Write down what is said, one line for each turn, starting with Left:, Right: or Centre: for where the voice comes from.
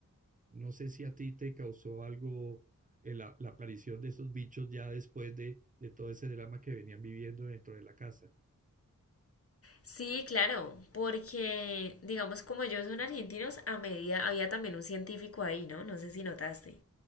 Right: No sé si a ti te causó algo eh, la, la aparición de esos bichos ya después de, de todo ese drama que venían viviendo dentro de la casa.
Left: Sí, claro, porque digamos como ellos son argentinos, a medida había también un científico ahí, ¿no? No sé si notaste.